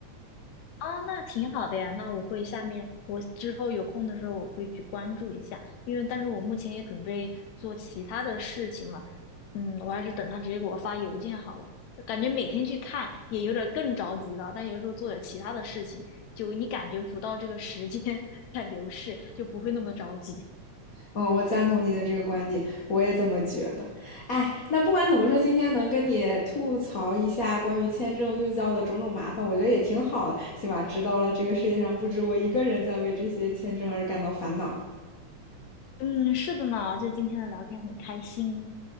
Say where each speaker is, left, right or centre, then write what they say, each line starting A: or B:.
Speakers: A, on the left; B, on the left.
A: 啊，那挺好的呀，那我会下面我之后有空的时候我会去关注一下，因为但是我目前也准备做其他的事情了。嗯，我还是等他直接给我发邮件好了。感觉每天去看也有点儿更着急了，但有时候做点其他的事情，就你感觉不到这个时间 <laughs> 在流逝，就不会那么着急。
B: 嗯，我赞同你的这个观点，我也这么觉得。哎，那不管怎么说，今天能跟你吐槽一下关于签证遇到的种种麻烦，我觉得也挺好的，起码知道了这个世界上不止我一个人在为这些签证而感到烦恼。
A: 嗯，是的呢，就今天的聊天很开心。